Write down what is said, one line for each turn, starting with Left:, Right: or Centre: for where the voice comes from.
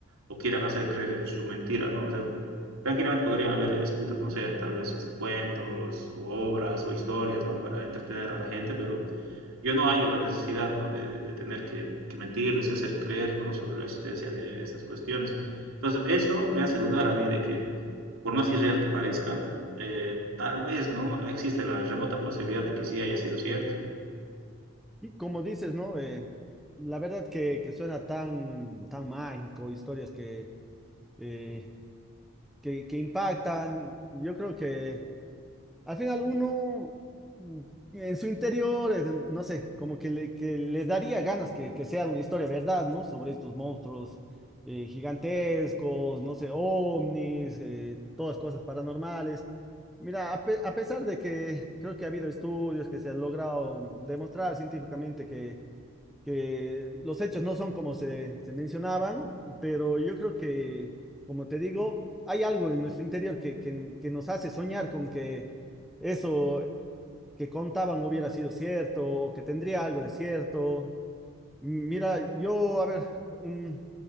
Right: o quieran hacer creer en su mentira, ¿no? O sea, tranquilamente podrían haber escrito, no sé, tal vez este, cuentos u obras o historias, ¿no? Para entretener a la gente, pero yo no hallo la necesidad, ¿no? De, de- de tener que, que mentirles y hacer creer, ¿no? Sobre la existencia de estas cuestiones. Entonces, eso me hace dudar a mí de que, por más irreal que parezca, eh, tal vez, ¿no? Existe la remota posibilidad de que sí haya sido cierto.
Centre: Y como dices, ¿no? Eh, la verdad que, que suena tan, tan mágico, historias que, eh, que, que impactan. Yo creo que al final uno mm, en su interior, eh, no sé, como que le, que le daría ganas que, que sea una historia verdad, ¿no? Sobre estos monstruos eh, gigantescos, no sé, ovnis, eh, todas cosas paranormales. Mira, a, pe- a pesar de que creo que ha habido estudios que se han logrado demostrar científicamente que que los hechos no son como se, se mencionaban, pero yo creo que, como te digo, hay algo en nuestro interior que, que, que nos hace soñar con que eso que contaban hubiera sido cierto o que tendría algo de cierto. Mira, yo, a ver, un,